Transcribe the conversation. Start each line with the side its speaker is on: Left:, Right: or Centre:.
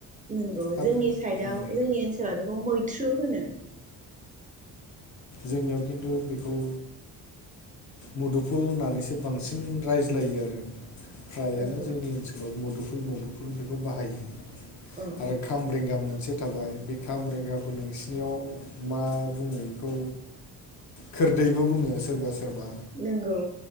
Right: नंगौ
Left: दा
Right: जोंनि साइडआव
Left: उम
Right: जोंनि ओनसोलाव बेखौ मैथ्रु होनो
Left: जोंनियाव खिन्थु बेखौ मुदुफुल होननानैसो बांसिन रायज्लायो आरो फ्रायानो
Right: नंगौ
Left: जोंनि ओनसोलाव ल मुदुफुल मुदुफुल बेखौ बाहायो
Right: औ
Left: आरो खामरेंगा मोनसे थाबाय बे खाम रेंगाखौ नोंसिनियाव मा बुङो बेखौ खोरदैबो बुङो सोरबा सोरबा
Right: नोंगौ